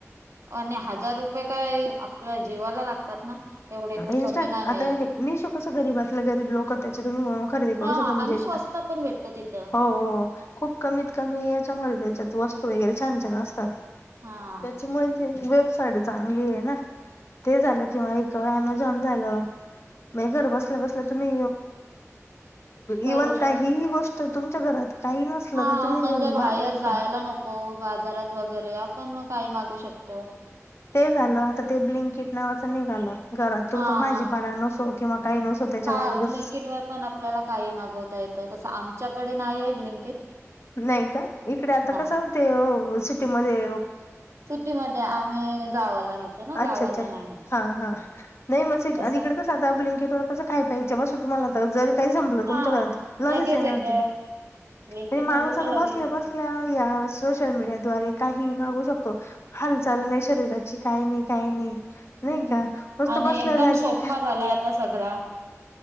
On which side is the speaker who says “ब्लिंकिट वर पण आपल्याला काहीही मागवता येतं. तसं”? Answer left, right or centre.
Right